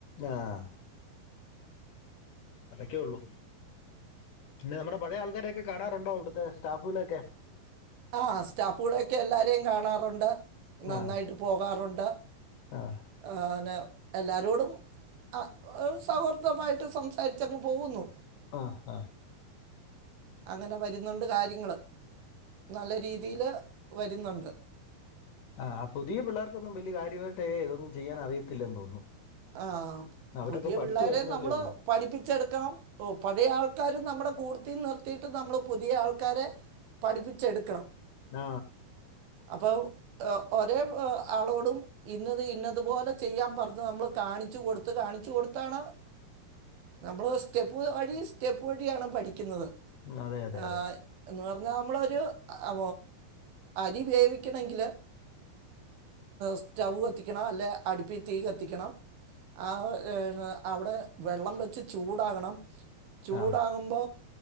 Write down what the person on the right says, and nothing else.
ആ സ്റ്റാഫുകളെക്കെ എല്ലാരേം കാണാറ്ണ്ട്. നന്നായിട്ട്
പോകാറുണ്ട്.
ആ ന് എല്ലാ രോടും അ ഒര് സൗഹൃദമായിട്ട് സംസാരിച്ചങ്ങ് പോവുന്നു.
അങ്ങനെ വര്ന്നുണ്ട് കാര്യങ്ങള് നല്ല രീതിയില് വര്ന്നുണ്ട്.
ആ
പുതിയ
പിള്ളേരെ
നമ്മള്
പഠിപ്പിച്ചെടുക്കണം പഴയ ആൾക്കാരും നമ്മുടെ കൂട് ത്തിൽ നിർത്തിയിട്ട് നമ്മള് പുതിയ ആൾക്കാരെ പഠിപ്പിച്ചെടുക്കണം
അപ്പൊ ആ ഒരേ ആ ആളോടും ഇന്നത് ഇന്നതുപോലെ ചെയ്യാൻ പറഞ് താ നമ്മള് കാണിച്ചു കൊടുത്ത് കാണിച്ചു കൊടുത്താണ് നമ്മള് സ്റ്റെപ്പ് വഴി സ്റ്റെപ്പ് വഴിയാണ് പഠിക്കുന്നത്
ആ,
എന്ന് നമ്മളൊരു ആ അരി വേവിക്കണെങ്കില് സ്റ്റവ് കത്തിക്കണം അല്ലെ അടുപ്പി തീ കത്തിക്കണം ആ ഏഹ് അവിടെ വെള്ളം വെച്ച് ചൂടാകണം ചൂടാകുമ്പോൾ